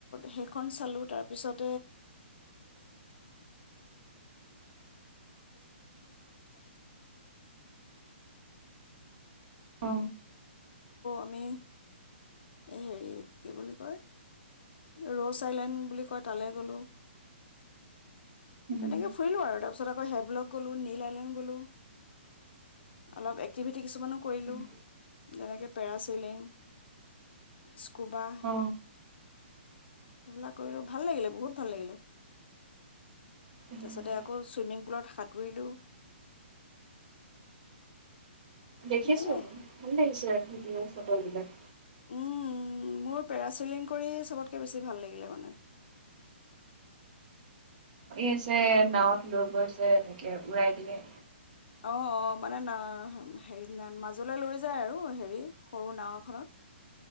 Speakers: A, on the left; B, on the right.
A: সেইখন চালো, তাৰ পিছত
B: অ।
A: আমি হেৰি কি বুলি কয়? ৰ'ছ আইলেণ্ড বুলি কয় তালৈ গ'লো।
B: উম,
A: তেনেকে ফুৰিলো আৰু তাৰপিছত আ হেব্লগ গলো, নীল আইলেণ্ড গলো, অলপ এক্তিভিতি কিছুমান ও কৰিলো।
B: উম,
A: যেনেকে পেৰাচিন- তিলিং স্কোবা
B: অ,
A: সেইবিলাক কৰিলো ভাল লাগিলে বহুত। ভাল লাগিলে।
B: উম,
A: তাৰপাছতে আকৌ ছুইমিং পুলত সাঁতুৰিলো।
B: দেখিছো
A: সেয়াই
B: ভাল লাগিছে আৰু। ভিডিঅ ফটোবিলাক
A: উম, মোৰ পেৰাছিলিলিং কৰিয়ে চবতকৈ বেছি ভাল লাগিলে মানে।
B: আছে নাৱত লৈ গৈছে উৰাই দিয়ে
A: অ', অ', মানে না-হেৰি মাজলৈ লৈ যায় আৰু হেৰি সৰু নাও এখনত।